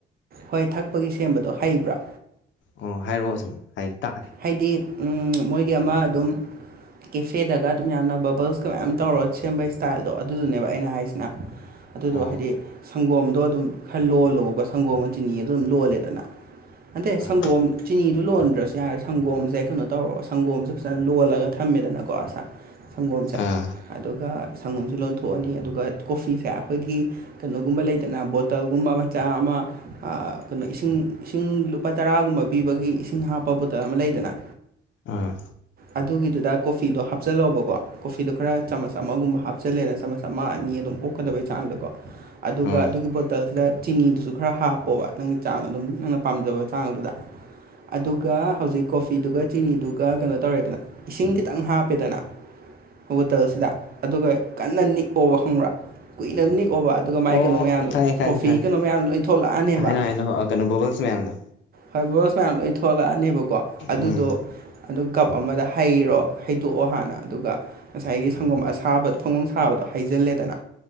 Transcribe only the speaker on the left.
ꯑꯣ ꯍꯥꯏꯔꯛꯑꯣ ꯁꯨꯝ ꯍꯥꯏ ꯇꯥꯛꯑꯒꯦ
ꯑꯣ
ꯑꯥ
ꯑꯥ
ꯑꯥ
ꯎꯝ
ꯑꯣ
ꯈꯪꯉꯦ ꯈꯪꯉꯦ
ꯈꯪꯉꯦ
ꯍꯥꯏꯅꯣ ꯍꯥꯏꯅꯣ ꯀꯩꯅꯣ ꯕꯕꯜꯁ ꯃꯌꯥꯝꯗꯣ
ꯎꯝ